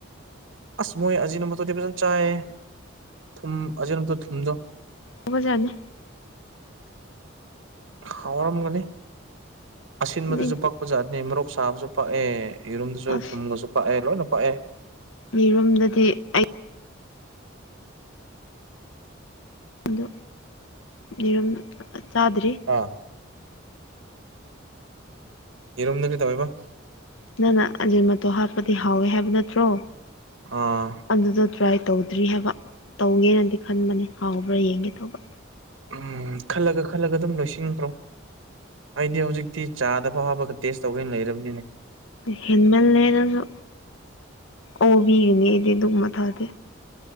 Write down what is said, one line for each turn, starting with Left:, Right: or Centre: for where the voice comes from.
Right: ꯑꯁ ꯃꯣꯏ ꯑꯖꯤꯅ ꯃꯣꯇꯣꯔꯗꯤ ꯐꯖꯅ ꯆꯥꯏꯌꯦ ꯊꯨꯝ ꯑꯖꯤꯅ ꯃꯣꯇꯣꯔ ꯊꯨꯝꯗꯣ
Left: ꯎꯕꯖꯥꯅꯤ
Right: ꯍꯥꯎꯔꯝꯒꯅꯤ ꯑꯁꯤꯟꯕꯗꯁꯨ
Left: ꯑꯩꯗꯤ
Right: ꯄꯛꯄ ꯖꯥꯠꯅꯤ ꯃꯔꯣꯔꯣꯛ ꯁꯥꯕꯁꯨ ꯄꯛꯑꯦ ꯌꯦꯔꯨꯝꯗꯁꯨ
Left: ꯑꯁ
Right: ꯊꯨꯝꯒꯁꯨ ꯄꯥꯛꯑꯦ ꯂꯣꯏꯅ ꯄꯥꯛꯑꯦ
Left: ꯌꯦꯔꯨꯝꯗꯗꯤ ꯑꯩ ꯑꯩ ꯌꯦꯔꯨꯝ ꯆꯥꯗ꯭ꯔꯤ
Right: ꯑꯥ ꯌꯦꯔꯨꯝꯗ ꯀꯩꯗꯧꯑꯦꯕ
Left: ꯅꯪꯅ ꯑꯖꯤꯔ ꯃꯇꯣ ꯍꯥꯞꯄꯗꯤ ꯍꯥꯎꯋꯦ ꯍꯥꯏꯕ ꯅꯠꯇ꯭ꯔꯣ
Right: ꯑꯥ
Left: ꯑꯗꯨꯗ ꯇ꯭ꯔꯥꯏ ꯇꯧꯗ꯭ꯔꯤ ꯍꯥꯏꯕ ꯇꯧꯒꯦꯅꯗꯤ ꯈꯟꯕꯅꯤ ꯍꯥꯎꯕ꯭ꯔꯥ ꯌꯦꯡꯒꯦ ꯇꯧꯕ
Right: ꯎꯝ ꯈꯜꯂꯒ ꯈꯜꯂꯒ ꯑꯗꯨꯝ ꯂꯣꯏꯁꯤꯟꯈ꯭ꯔꯣ ꯑꯩꯗꯤ ꯍꯧꯖꯤꯛꯇꯤ ꯆꯥꯗ ꯋꯥꯕꯒ ꯇꯦꯁ ꯇꯧꯒꯦ ꯂꯩꯔꯕꯅꯤꯅꯦ
Left: ꯍꯦꯟꯃꯜꯂꯦꯅꯁꯨ ꯑꯣꯕꯤꯒꯅꯤ ꯑꯩꯗꯤ ꯑꯗꯨ ꯊꯥꯗꯦ